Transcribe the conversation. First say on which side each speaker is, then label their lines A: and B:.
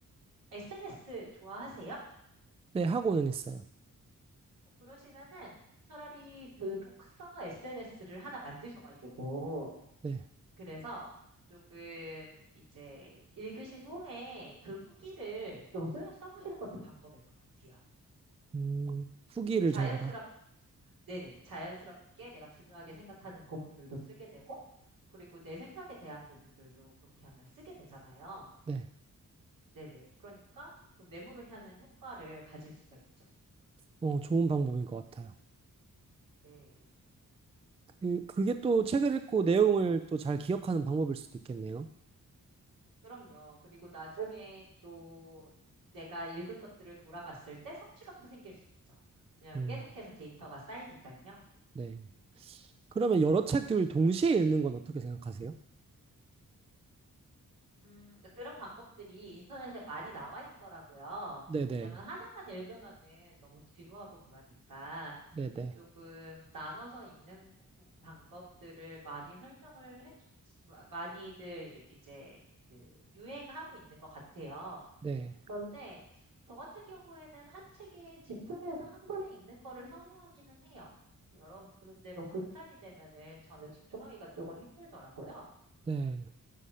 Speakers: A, on the right; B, on the right.
A: SNS 좋아하세요?
B: 네, 하고는 있어요.
A: 어, 그러시면은 차라리 그 독서 SNS를 하나 만드셔가지고,
B: 네,
A: 그래서 조금 이제 읽으신 후에 그 후기를 좀 써, 써보시는 것도 방법일 것 같아요.
B: 음, 후기를
A: 이게 자연스럽,
B: 적어라.
A: 네네, 자연스럽게 내가 중요하게 생각하는 부분들도 쓰게 되고, 그리고 내 생각에 대한 부분들도 그렇게 하면 쓰게 되잖아요.
B: 네,
A: 네네, 그러니까 좀 메모를 하는 효과를 가질 수가 있죠.
B: 어, 좋은 방법인 것 같아요.
A: 네.
B: 그, 그게 또 책을 읽고 내용을 또 잘 기억하는 방법일 수도 있겠네요.
A: 그럼요. 그리고 나중에 또 내가 읽은 것들을 돌아봤을 때 성취감도 생길 수 있죠. 왜냐면
B: 음,
A: 계속해서 데이터가 쌓이니까요.
B: 네. 그러면
A: 네.
B: 여러 책들을 동시에 읽는 건 어떻게 생각하세요?
A: 음, 그러니까 그런 방법들이 인터넷에 많이 나와 있더라고요.
B: 네네.
A: 왜냐면 하나만 읽으면은 너무 지루하고 그러니까
B: 네네.
A: 조금 나눠서 읽는 방법들을 많이 설명을 해, 주- 마- 많이들 이제 그 유행하고 있는 것 같아요.
B: 네.
A: 그런데 저 같은 경우에는 한 책에 집중해서 한 번에 읽는 거를 선호하기는 해요. 여러분들대로 분산이 되면은 저는 집중하기가 조금 힘들더라고요.
B: 네.